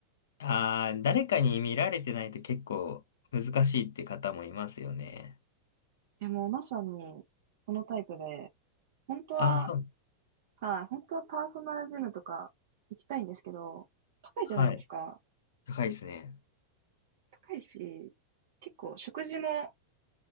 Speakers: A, on the left (about 60°); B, on the right (about 55°).
A: ああ、誰かに見られてないと結構難しいって方もいますよね。
B: いや、もうまさに、このタイプで、本当は、
A: あ、そう。
B: はい、本当はパーソナルジムとか行きたいんですけど、高いじゃないですか。
A: はい。高いですね。
B: 高いし、結構食事も